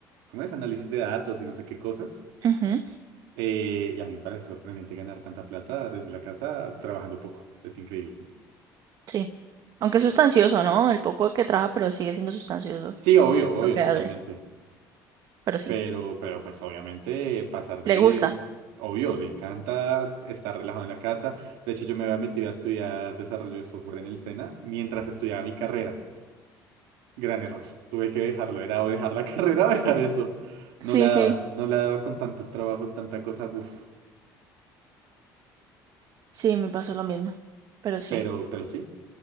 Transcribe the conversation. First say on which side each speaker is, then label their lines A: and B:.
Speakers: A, on the right; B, on the right.
A: ¿cómo es? Análisis de datos y no sé qué cosas.
B: ujú,
A: Eh, y a mí me parece sorprendente ganar tanta plata desde la casa trabajando poco. Es increíble.
B: sí. Aunque
A: Pero
B: es sustancioso, ¿no? El poco que trabaja, pero sigue siendo sustancioso
A: sí, obvio, obvio,
B: lo que
A: totalmente.
B: hace. Pero sí.
A: Pero, pero pues obviamente pasar de,
B: Le gusta.
A: obvio, le encanta estar relajado en la casa. De hecho, yo me había metido a estudiar desarrollo de software en el SENA mientras estudiaba mi carrera. Gran error. Tuve que dejarlo. Era o dejar la <laughs> carrera o dejar eso. No
B: Sí,
A: la daba.
B: sí.
A: No la daba con tantos trabajos, tanta cosa. Buf.
B: Sí, me pasó lo mismo. Pero sí,
A: Pero, pero sí.